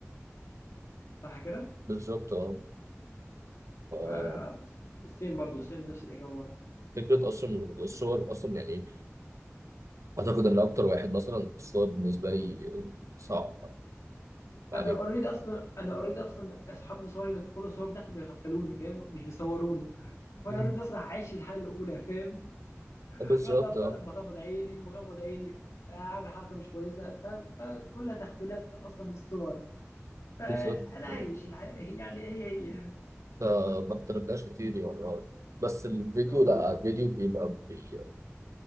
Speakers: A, on the left (about 85°); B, on the right (about 80°).
A: صح كده؟
B: بالظبط اه ف-
A: آه... سيم برضو سيم نفس الاجابه برضو
B: فكرة أصلا الصور أصلا يعني أعتقد إن أكتر واحد مثلا الصور بالنسبة لي آه، صعب يعني
A: انا اوريدي اصلا انا اوريدي اصلا اصحابي بيصوروا كل الصور بتاعتي بيغفلوني فاهم مش بيصوروني فانا
B: مم.
A: اوريدي اصلا عايش الحاله الاولى فاهم <laughs>
B: بالظبط
A: يقعد افضل
B: اه
A: مغمض عيني مغمض عيني آه، اعمل حركه مش كويسه فاهم فكلها تغفيلات اصلا من الصور فانا
B: بالظبط
A: عايش
B: آه.
A: الح... <laughs> يعني هي هي
B: فما اختلفناش كتير يعني آه. بس الفيديو
A: <laughs> اه بالظبط
B: لا الفيديو بيبقى بي-